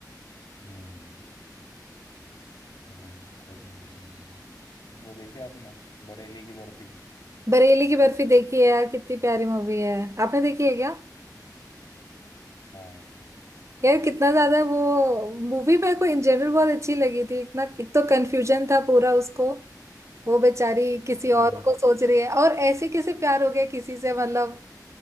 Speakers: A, on the left; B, on the right.
A: हम्म Romantic comedy वो देखी आपने बरेली की बर्फी
B: बरेली की बर्फी देखी है यार कितनी प्यारी मूवी है आपने देखी है क्या
A: हाँ हम्म
B: यार कितना ज्यादा वो मूवी मेरे को इन जनरल बहुत अच्छी लगी थी इतना एक तो कंफ्यूजन था पूरा उसको वो बेचारी किसी
A: हम्म,
B: और को सोच रही है और ऐसे कैसे प्यार हो गया किसी से मतलब